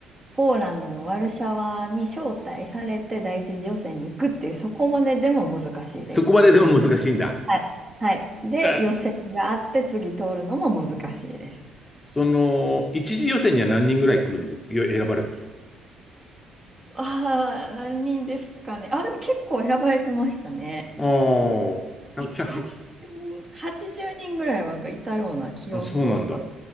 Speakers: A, on the right (about 30°); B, on the left (about 15°).
A: ポーランドのワルシャワに招待されて第一次予選に行くっていう、そこまででも難しいです。
B: そこまででも難しいんだ。
A: はい。はい。で、
B: あ、
A: 予選があって、次通るのも難しいです。
B: その、一次予選には何人ぐらい来るんで、よ選ばれるんですか
A: ああ、何人ですかね。あ、でも結構選ばれてましたね。
B: ああー、100、
A: 80人、
B: ひゃく
A: 80人ぐらいはなんかいたような記憶は、
B: あ、そうなんだ。